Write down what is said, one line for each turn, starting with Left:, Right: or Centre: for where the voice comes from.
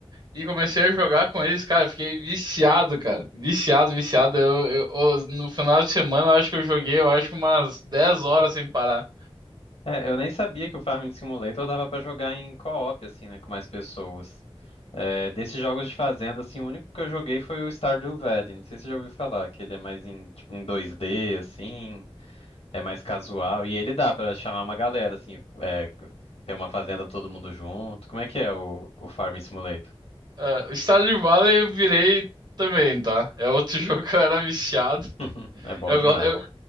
Right: e comecei a jogar com eles, cara. Fiquei viciado, cara. Viciado, viciado. Eu, eu- eu- no final de semana, eu acho que eu joguei, eu acho que umas 10 horas sem parar.
Left: É, eu nem sabia que o Farming Simulator dava pra jogar em co-op, assim, né, com mais pessoas. É, desses jogos de fazenda, assim, o único que eu joguei foi o Stardew Valley. Não sei se você já ouviu falar, que ele é mais em, tipo, em 2D, assim. É mais casual. E ele dá pra chamar uma galera, assim, é, ter uma fazenda todo mundo junto. Como é que é o, o Farming Simulator?
Right: Ah, Stardew Valley eu virei também, tá? É outro <laughs> jogo que eu era viciado.
Left: <laughs> É bom
Right: Eu,
Left: demais.
Right: go- eu,